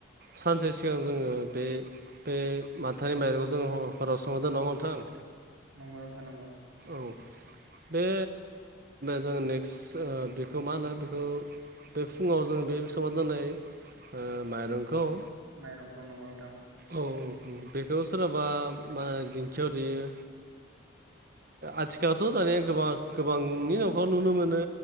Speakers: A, on the right (about 45°); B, on the right (about 85°).
A: सानसे सिगां जोङो बे बे माथानि माइरं जोंङो हराव समाव दोननांगौ ओमबा नोंथां
B: नंगौ नोंथा नंगौ
A: औ बे जों नेक्स्ट बेखौ मा होनो बेखौ बे फुङाव जों बे समाव दोननाय माइरंखौ औ
B: माइरंखौ नंगौ नोंथां
A: औ बेखौ सोरहाबा मा दिंखियाव देयो आथिखालावथ' दानिया गोबां गोबांनि न'खर नुनो मोनो